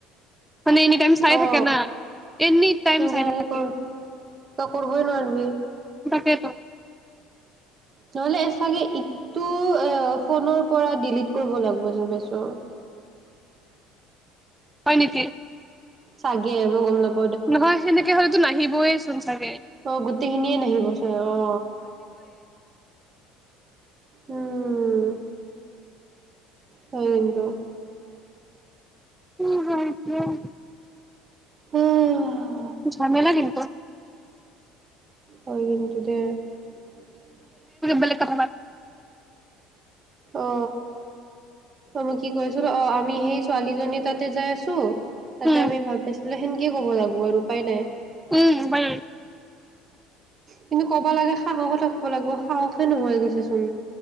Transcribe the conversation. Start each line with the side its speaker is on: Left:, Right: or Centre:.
Centre: মানে এনি টাইম চাই
Right: অ
Centre: থাকে না, এনি টাইম
Right: সেনেকে
Centre: চাই
Right: সেনেকে
Centre: থাকে।
Right: কৰ তই কৰিবই নোৱাৰিবি।
Centre: তাকেতো
Right: নহলে চাগে, ইটো ফোনৰ পৰা ডিলিট কৰিব লাগিব যেন পাইছো।
Centre: হয় নেকি?
Right: চাগে, মই গম নাপাওঁ।
Centre: কিহৰ সেনেক <unintelligible> তেতিয়া হ'লে টো নাহিবই চোন চাগে
Right: অ, গোটেইখিনিয়ে নাহিব চোন, অ উম-উম-উম, হয় কিন্তু
Centre: <unintelligible>
Right: অহ
Centre: ঝামেলা কিন্তু
Right: কৰিব নেকি? যাতে <unintelligible>
Centre: গলে কাপোৰ <unintelligible>
Right: অ, মই কি কয় আছো ন, অ, আমি সেই ছোৱালীজনী তাতে যাই আছো তাতে
Centre: উম
Right: আমি ভাল পাইছিলো সেনকে কি ক'ব লাগিব আৰু উপায় নাই
Centre: উম উপায় নাই
Right: কিন্তু ক'বা লাগে সাহসো থাকিব লাগিব সাহসে নোহোৱা হৈ গৈছে চোন